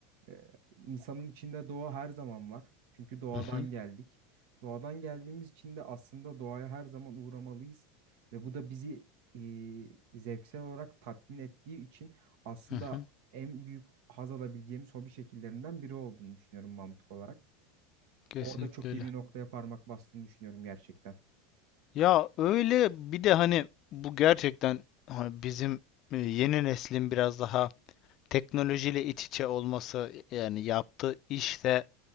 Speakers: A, on the right; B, on the left.
A: ee, insanın içinde doğa her zaman var. Çünkü doğadan
B: Hı hı.
A: geldik. Doğadan geldiğimiz için de aslında doğaya her zaman uğramalıyız. Ve bu da bizi e, zevksel olarak tatmin ettiği için aslında
B: Hı hı.
A: en büyük haz alabileceğimiz hobi şekillerinden biri olduğunu düşünüyorum mantık olarak.
B: Kesinlikle
A: Orada çok
B: öyle.
A: iyi bir noktaya parmak bastığını düşünüyorum gerçekten.
B: Ya öyle bir de hani bu gerçekten hani bizim e, yeni neslin biraz daha teknolojiyle iç içe olması yani yaptığı işte